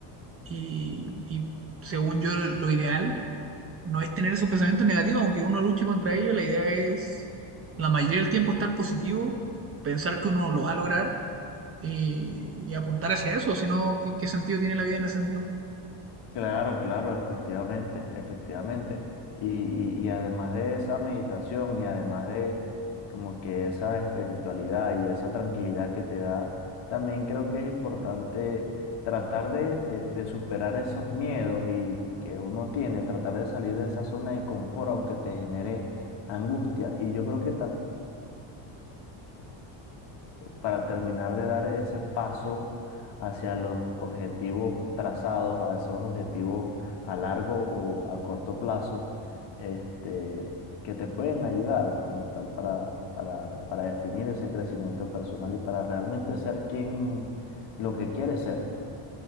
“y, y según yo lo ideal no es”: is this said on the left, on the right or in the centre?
Right